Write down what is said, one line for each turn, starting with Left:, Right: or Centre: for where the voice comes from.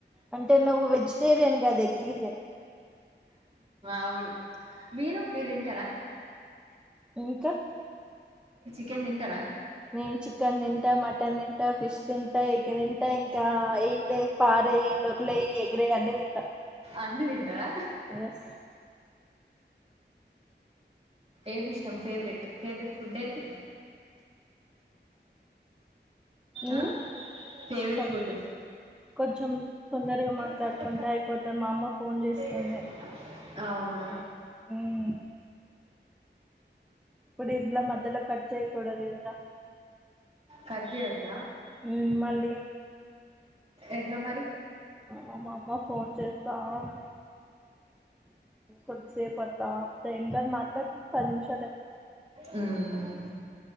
Centre: అంటే నువ్వు వెజిటేరియన్ గాదు ఎగ్గీరియన్
Right: అవును మీరు మీరు తింటారా
Centre: ఇంక
Right: ఇంకెం తింటారా
Centre: నేను చికెన్ తింటా మటన్ తింటా ఫిష్ తింటా ఎగ్ తింటా ఇంకా ఎ పారేయి దొర్లేయి ఎగిరేయి అన్నీ తింటా
Right: అన్ని తింటారా
Centre: ఎస్
Right: ఏమి ఇష్టం ఫేవరెట్ ఫేవరెట్ ఫుడ్ ఏంటి
Centre: ఉమ్
Right: ఆ ఫేవరెట్
Centre: కొ
Right: ఫుడ్
Centre: కొంచెం తొందరగా మాట్లాడుకుంటే
Right: సస్త
Centre: అయిపోతే మా అమ్మ ఫోన్ చేస్తుంది
Right: వస్త అవునా
Centre: ఉమ్ ఇప్పుడు ఇలా మధ్యల కట్ చేయ్యకూడదు గద
Right: గట్ జేయద్ద
Centre: మ్ మళ్ళీ
Right: ఎట్లా మరి
Centre: ఆ మా అమ్మ ఫోన్ చేస్తా ఉంది కొద్దిసేపు అట్లా ఏం కాదు మాట్లాడదం పది నిమిషాలే
Right: ఉమ్మ్